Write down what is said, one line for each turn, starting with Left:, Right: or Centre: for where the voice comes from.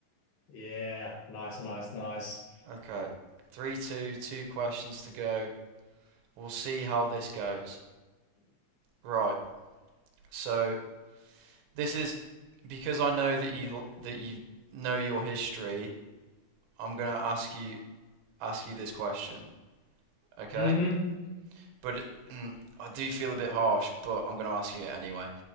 Left: Yeah, nice, nice, nice.
Right: Okay. Three, two, two questions to go. We'll see how this goes. Right. So this is because I know that you that you know your history. I'm gonna ask you ask you this question. Okay.
Left: Mm-hmm.
Right: But mm, I do feel a bit harsh, but I'm gonna ask you it anyway.